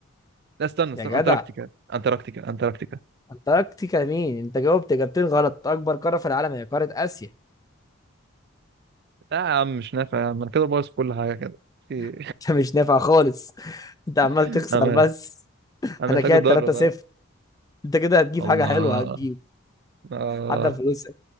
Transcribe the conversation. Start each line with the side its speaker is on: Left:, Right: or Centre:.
Right: لا استنى استنى
Left: يا
Right: أنتاركتيكا
Left: جدع
Right: أنتاركتيكا أنتاركتيكا
Left: انتاركتيكا مين انت جاوبت اجابتين غلط اكبر قارة في العالم هي قارة اسيا
Right: لا يا عم مش نافع يا عم أنا كده بايظ في كل حاجة كده في-
Left: <laughs> انت مش نافع خالص انت عمال
Right: <laughs>
Left: تخسر
Right: أنا
Left: بس
Right: أنا
Left: انا
Right: محتاج
Left: كده
Right: أتدرب
Left: 3 0
Right: ها
Left: انت كده هتجيب
Right: الله
Left: حاجة حلوة هتجيب
Right: آه
Left: عدى الفلوس